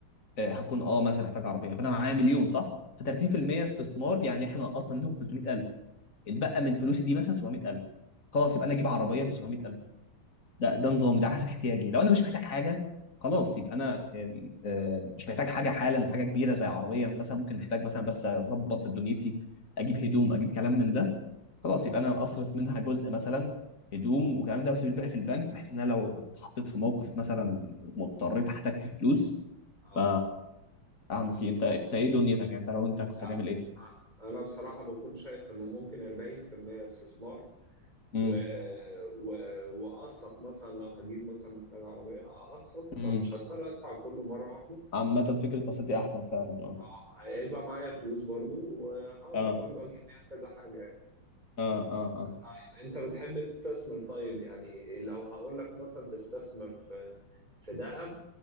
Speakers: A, on the left (about 40°); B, on the right (about 20°).
A: آه، هكون اه مثلا محتاج عربيه فانا معايا مليون صح ف 30% استثمار يعني احنا نقصنا منهم 300000 اتبقى من فلوسي دي مثلا 700000 خلاص يبقى انا اجيب عربيه ب 700000 ده ده نظامي ده على حسب احتياجي لو انا مش محتاج حاجه خلاص يبقى انا آم، آم، مش محتاج حاجه حالا حاجه كبيره زي عربيه مثلا ممكن محتاج مثلا بس اظبط دنيتي اجيب هدوم اجيب كلام من ده خلاص يبقى انا اصرف منها جزء مثلا هدوم وكلام ده بس الباقي في البنك بحيث ان انا لو اتحطيت في موقف مثلا مضطريت احتاج فيه فلوس
B: اه
A: ف اعمل فيه انت انت ايه دنيتك يعني انت لو انت كنت
B: لا
A: هتعمل ايه
B: آه، انا بصراحة بكون شايف انه ممكن 40% استثمار و...
A: امم
B: و... واقسط مثلا لو هجيب مثلا محتاج عربية اقسط
A: امم
B: فمش هضطر ادفع كله مرة واحدة
A: عامه فكره التصدي احسن فعلا اه
B: آه، هيبقى معايا فلوس برضو وهقدر
A: اه
B: برضو اجيب بيها كذا حاجة
A: اه اه اه
B: طيب انت بتحب تستثمر طيب يعني لو هقول لك مثلا تستثمر في في ذهب